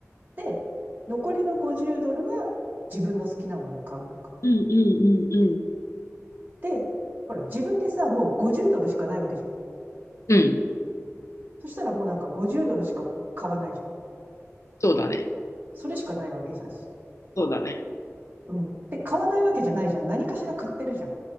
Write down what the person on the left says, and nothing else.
うんうんうん
うん。うん。
そうだね。
そうだね。